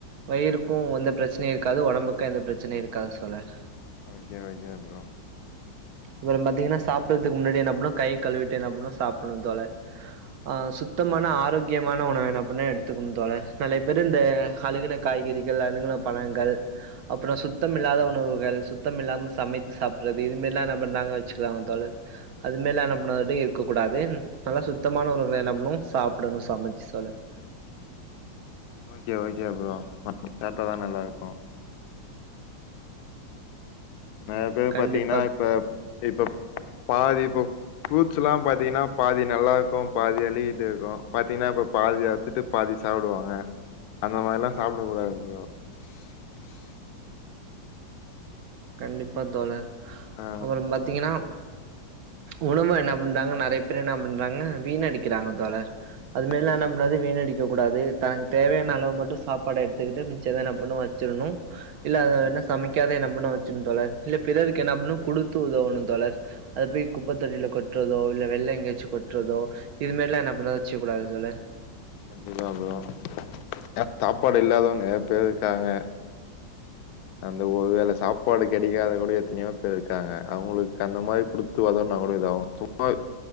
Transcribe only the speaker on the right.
வயிறுக்கூ எந்த பிரச் யும் இருக்காது ஒடம்புக்கு எந்த பிரச்சனையும் இருக்காது தோழர்
அப்ற பாத்தீங்ன்னா சாப்புறதுக்கு முன்னாடி என்னா பண்ணோம் கை கழுவிட்டு என்னாபன்னும் சாப்புன்ணு தோழர் அ சுத்தமான ஆரோக்கியமான உணவு என்னா பண்ணு எடுத்துக்கணு தோழர் நலைய பேரு இந்த அழுகுன காய்கறிகள் அழுகுண பழங்கள் அப்பறொ சுத்தம்இல்லாத உணவுகள் சுத்தம் இல்லாம சமைத்து சாப்புறது இதுமேர்ல்லா நம் பண்னாங்க வச்சுக்கிறாங்க தோழர் அது மேல என்ன பண்ணா இருக்கக்கூடாது நல்லா சுத்தமான உணகள என்னா பண்னு சாப்புடணு சமைச்சு தோழர்
கண்டிப்பா
கண்டிப்பா தோழர்
அப்புறம் பாத்தீங்கன்னா உணவு என்ன பண்றாங்க நெறைய பேர் என்ன பண்றாங்க வீணடிக்கிறாங்க தோழர் அது மேரில்லா
என்ன பண்ணாது வீணடிக் கக் கூடாது தனக்கு தேவையான அளவு மட்டு சாப்பாடு எடுத்துக்கிட்டு மிச்சத என்ன பண்ணு வச்சிடணு இல்ல அத
என்ன சமைக்காத என்ன பண்ணு வச்சுட்ணு தோழர் இல்ல பிறருக்கு என்ன பண்ணு குடுத்து உதவணு தோழர் அது போய் குப்பத் தொட்டியில கொட்றதோ இல்ல வெள்ல எங்கயாச்சி கொட்றதோ இதுமேரில்லா என்ன பண்ணத வச்சுக்கக்கூடாது தோழர்